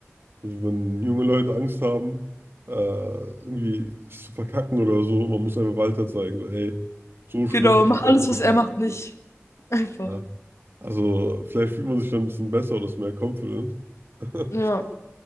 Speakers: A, on the right; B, on the left.
A: also wenn junge Leute Angst haben, äh, irgendwie es zu verkacken oder so, man muss einfach weiter zeigen, so, ey, so schlimm.
B: Genau.
A: ist
B: Mach <laughs>
A: es
B: alles,
A: nicht.
B: was er macht, nicht. Einfach.
A: Ja. Also, vielleicht fühlt man sich dann ein bisschen besser oder ist mehr confident. <laughs>
B: Ja.